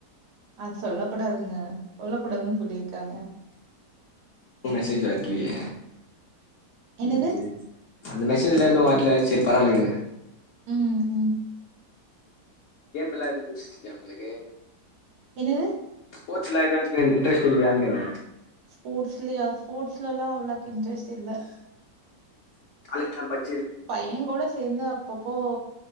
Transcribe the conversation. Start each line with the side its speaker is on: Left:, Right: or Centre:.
Right: அது சொல்ல கூடாதுங்க சொல்ல கூடாதுன்னு சொல்லியிருக்காங்க
Left: ப்ப மெசேஜ் வர்லியே
Right: என்னது?
Left: ம் சே அந்த மெசேஜ்ல எதுவு வரல சேரி பராவால்லவிடுங்க
Right: ம் ம்
Left: கேம்ல்லா எதுவு <unintelligible> உங்களுக்கு
Right: என்னது?
Left: போட்ஸ்ல்லா எதுவுடிரன் இன்டரெஸ் இல்லையான் கேட்டே
Right: ஸ்போட்ஸ்லயா ஸ்போர்ட்ஸ்லல்லா அவ்ளோக் இன்ரெஸ்ட் இல்ல
Left: <unintelligible>
Right: பைய கூட சேந்து அப்பப்போ